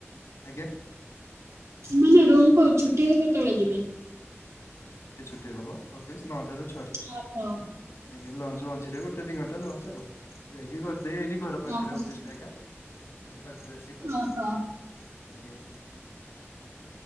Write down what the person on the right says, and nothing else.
ମାନେ ରୁମ କୁ ଛୁଟି ହେଇକି କେତେବେଳେ ଯିବେ?
ଓହୋ
ଓହୋ
ଓହୋ